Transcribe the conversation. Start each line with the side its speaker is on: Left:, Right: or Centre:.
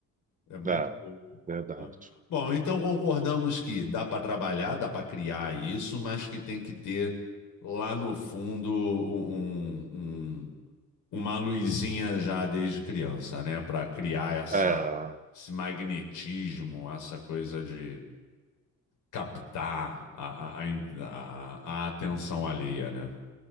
Left: É muito
Right: é,
Left: pouco.
Right: verdade.
Left: né? Bom, então concordamos que dá para trabalhar, dá para criar isso, mas que tem que ter lá no fundo um- um- um, uma luzinha já desde criança, né? Para criar essa,
Right: É.
Left: esse magnetismo, essa coisa de captar a, a, a, a a atenção alheia, né?